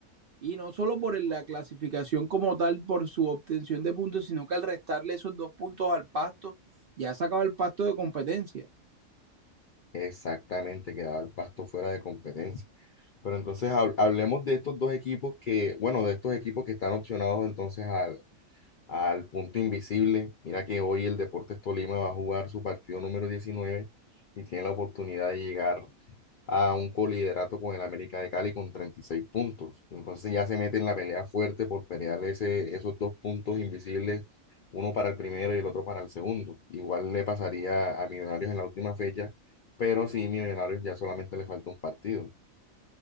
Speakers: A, on the right; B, on the left.
A: Y no solo por la clasificación como tal, por su obtención de puntos, sino que al restarle esos dos puntos al Pasto, ya sacaba el Pasto de competencia.
B: Exactamente, quedaba el Pasto fuera de competencia. Pero entonces hab- hablemos de estos dos equipos que, bueno, de estos equipos que están opcionados entonces al, al punto invisible. Mira que hoy el Deportes Tolima va a jugar su partido número 19 y tiene la oportunidad de llegar a un coliderato con el América de Cali con 36 puntos. Entonces ya se mete en la pelea fuerte por pelear ese, esos dos puntos invisibles, uno para el primero y el otro para el segundo. Igual le pasaría a Millonarios en la última fecha, pero sí, Millonarios ya solamente le falta un partido.